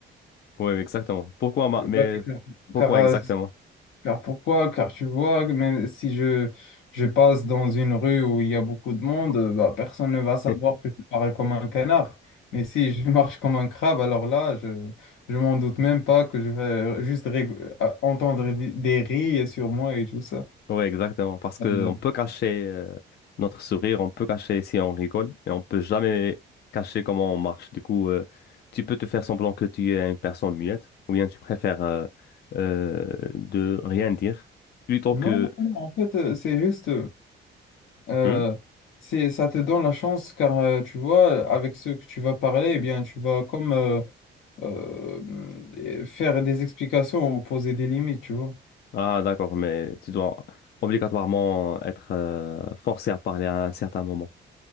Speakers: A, on the left; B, on the left.
A: Oui, exactement. Pourquoi, ma-
B: Ouais,
A: mais
B: car,
A: pourquoi
B: car, euh,
A: exactement?
B: Car pourquoi? Car tu vois, même si je, je passe dans une rue où il y a beaucoup de monde, euh, bah, personne ne va savoir
A: <laughs>
B: que je parle comme un canard. Mais si je <laughs> marche comme un crabe, alors là, je je m'en doute même pas que je vais euh, juste rég- euh, entendre des des rires sur moi et tout ça.
A: Ouais, exactement. Parce que
B: Euh,
A: on peut cacher euh, notre sourire, on peut cacher si on rigole, mais on peut jamais cacher comment on marche. Du coup, euh, tu peux te faire semblant que tu es une personne muette, ou bien tu préfères euh, euh, de rien dire plutôt
B: Non,
A: que
B: non, non, en fait, euh, c'est juste, euh,
A: Hmm
B: c'est, ça te donne la chance car euh, tu vois, avec ceux que tu vas parler, eh bien, tu vas comme euh, euh, euh, faire des explications ou poser des limites, tu vois.
A: Ah, d'accord, mais tu dois obligatoirement être euh, forcé à parler à un certain moment.